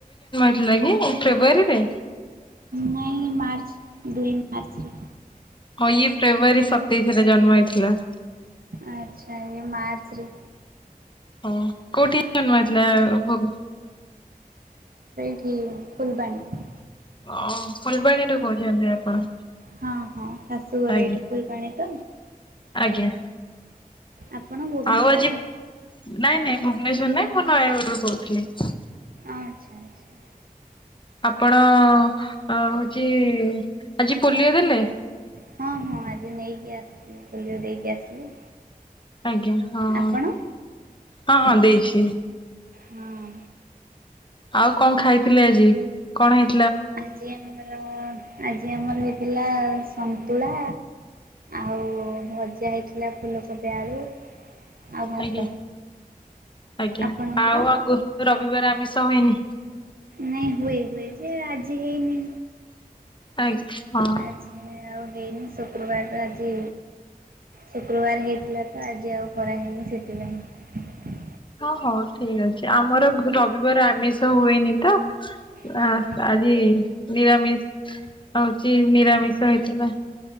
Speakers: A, on the left; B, on the right.
A: ଉଠିଲା କି ଫେବୃଆରୀ ରେ।
B: ନାଇଁ ମାର୍ଚ୍ଚ ଦୁଇ ମାର୍ଚ୍ଚରେ।
A: ହଁ ଇଏ ଫେବୃଆରୀ ସତେଇଶ ରେ ଜନ୍ମ ହେଇଥିଲା।
B: ଆଚ୍ଛା ଇଏ ମାର୍ଚ୍ ରେ।
A: ହଁ କୋଉଠି ଜନ୍ମ ହେଇଥିଲା ଭୋଗ୍।
B: ଏଠି ଫୁଲବାଣୀ।
A: ଓଁ। ଫୁଲବାଣୀରୁୁ କୋହୁଚନ୍ତି ଆପଣ
B: ହଁ ହଁ ଶାଶୁଘର
A: ଆଜ୍ଞା।
B: ଏଇଠି ଫୁଲବାଣୀ ତ
A: ଆଜ୍ଞା।
B: ଆପଣ ଭୁବନେଶ୍ୱରରେ?
A: ଆଉ ଆଜି ନାଇଁ ନାଇଁ ଭୁବନେଶ୍ଵର ନାଇଁ ମୁଁ ନୟାଗଡ଼ରୁ କହୁଥିଲି।
B: ଆଛା ଆଛା।
A: ଆପଣ ହଉଛି ଆଜି ପୋଲିଓ ଦେଲେ?
B: ହଁ ହଁ ଆଜି ନେଇକି ଆସିଥିଲି ପୋଲିଓ ଦେଇକି ଆସିଲି।
A: ଆଜ୍ଞା ହଁ ହଁ
B: ଆପଣ?
A: ହଁ ଦେଇଛି।
B: ହଁ।
A: ଆଉ କଣ ଖାଇଥିଲେ ଆଜି? କଣ ହେଇ
B: ଆଜି ଆମର ଆଜି ଆମର ହେଇଥିଲା ସନ୍ତୁଳା ଆଉ ଭଜା ହେଇଥିଲା। ଫୁଲକୋବି ଆଳୁ ଆଉ ଭାତ।
A: ଆଜ୍ଞା ଆଜ୍ଞା
B: ଆପଣଙ୍କର?
A: ଆଉ ଆଗୁରୁ ରବିବାର ଆମିସ ହୁଏନି।
B: ନାଇଁ ହୁଏ ହୁଏ ଯେ ଆଜି ହେଇନି।
A: ଆଜ୍ଞା। ହଁ
B: ଆଜି ଆଉ ହେଇନି ଶୁକ୍ରବାରରୁ ଆଜି ଶୁକ୍ରବାର ହେଇଥିଲା। ତ ଆଜି ଆଉ କରାହେନି ସେଥିପାଇଁ
A: ଓ ହଉ ଠିକ ଅଛି ଆମର ରବିବାର ଆମିଷ ହୁଏନି ତ।
B: ହଁ
A: ଆ ଆଜି ନିରାମିଷ୍ ହଉଛି ନିରାମିଷ ହେଇଥିଲା।